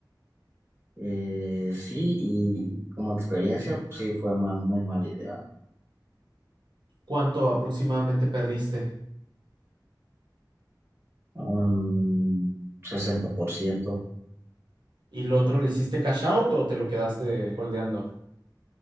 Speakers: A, on the right (about 35°); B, on the right (about 75°).
A: Eh, sí, y como experiencia, pues, sí fue ma- muy mala idea.
B: ¿Cuánto aproximadamente perdiste?
A: un sesenta por ciento
B: ¿Y lo otro le hiciste cash out o te lo quedaste holdeando?